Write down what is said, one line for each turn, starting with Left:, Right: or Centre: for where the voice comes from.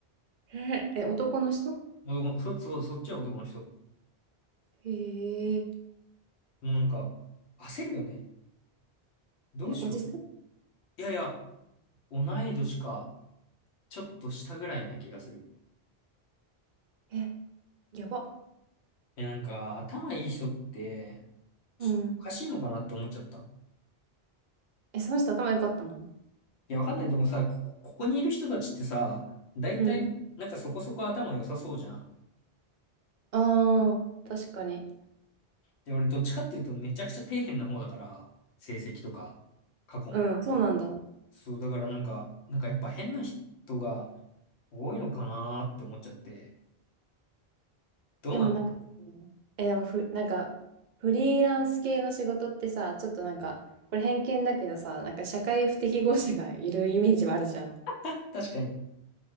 Right: えー、え、男の人
Left: う、男の、そ、そ、そっちは男の人。も
Right: へえ、
Left: うなんか、焦るよね。どうしようと。
Right: え、おじさん
Left: いやいや、同い年か。ちょっと下ぐらいな気がする。
Right: えやば。
Left: え、なんか、頭いい人って、ちょっとおかしいのかなって思っちゃった。
Right: うん。え、その人頭良かったの
Left: いや、わかんない。でもさ、ここ、ここにいる人たちってさ、大体、
Right: うん。
Left: なんかそこそこ頭良さそうじゃん。
Right: ああー、確かに。
Left: で、俺どっちかっていうとめちゃくちゃ底辺な方だから、成績とか、過去の。
Right: うん、そうなんだ。
Left: そう、だからなんか、なんかやっぱ変な人が多いのかなーって思っちゃって。どうなの
Right: でもなんか、え、でもふ、なんか、フリーランス系の仕事ってさ、ちょっとなんか、これ偏見だけどさ、なんか社会不適合者がいるイメージはあるじゃん。だ
Left: 確かに。